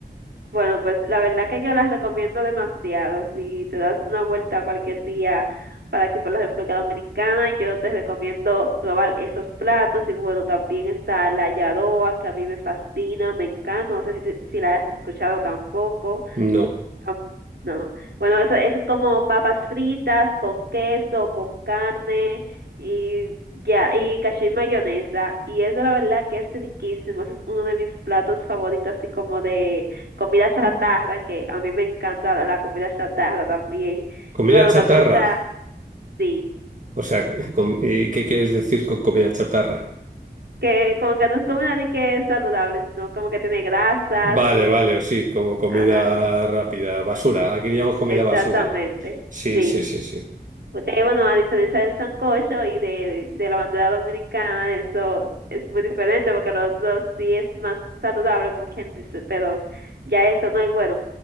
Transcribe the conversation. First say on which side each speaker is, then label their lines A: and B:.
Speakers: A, on the right; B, on the right.
A: Bueno, pues la verdad que yo las recomiendo demasiado. Si te das una vuelta cualquier día para aquí por la República Dominicana, yo te recomiendo probar esos platos. Y bueno, también está la yadoa, que a mí me fascina, me encanta. No sé si, te- si la has escuchado tampoco.
B: No.
A: Tam- No. Bueno, eso, eso es como papas fritas con queso, con carne y ya, y cacio y mayonesa. Y eso la verdad que es riquísimo. Ese es uno de mis platos favoritos, así como de comida chatarra, que a mí me encanta la, la comida chatarra también.
B: Comida
A: Y bueno,
B: chatarra.
A: también está, sí,
B: O sea, <laughs> com- eh, ¿qué quieres decir con comida chatarra?
A: que como que no es comida de que es saludable, sino como que tiene grasas
B: Vale,
A: y,
B: vale, o sí, como comida
A: ajá,
B: rápida, basura. Aquí le llamamos comida
A: exactamente.
B: basura. Sí,
A: Sí.
B: sí, sí, sí.
A: Porque, bueno, a diferencia del sancocho y de, de la bandera dominicana, eso es muy diferente porque los otros sí es más saludable, como quien dice, pero ya eso no hay bueno.